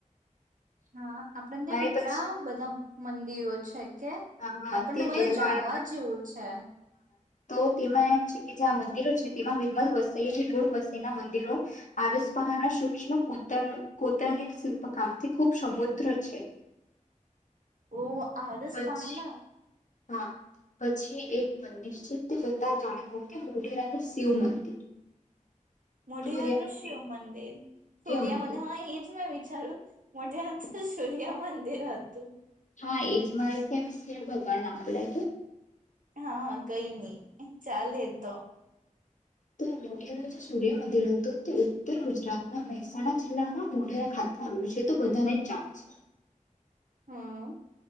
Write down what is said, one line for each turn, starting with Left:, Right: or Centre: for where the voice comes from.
Right: હા <unintelligible> આપડે
Left: અને
Right: ત્યાં કેટલા
Left: પછી
Right: બધા મંદિરો છે કે
Left: હા
Right: આપણને
Left: તે
Right: બધું
Left: રેલવાડ
Right: જાણવા જેવું છે.
Left: તો તેમાં એમ છે કે જે આ મંદિરો છે તેમાં વિર્મલ વસ ગુળ વસ ના મંદિરો આરસ પહાના સૂક્ષ્મ કોતર કોતરણી શિલ્પકામથી ખૂબ સમુદ્ર છે.
Right: ઓ હસ
Left: પછી
Right: પાડના
Left: હા પછી એક મંદિર છે તે બધા જાણી કે મોઢેરાનું શિવ મંદિર
Right: મોઢરાનનું
Left: સૂર્ય મંદિર
Right: શિવ મંદિર
Left: સૂર્ય
Right: સૂર્યા
Left: મંદિર
Right: મ હા એ મે વિચારું મોટે અ સરિયા મંદિ હત
Left: હા એજ મારે એમ શિવ ભગવાન નામ ભોલા છે.
Right: હા હા કઈની. ચાલે એ તો.
Left: ચ <unintelligible> સ્ટુડિયો મ રહેતો. તે ઉત્તર ગુજરાતના મહેસાણા જિલ્લામાં મોઢેરા ખાતે આવે્યું છે તો બધાને જ જાણ છે.
Right: હા <unintelligible>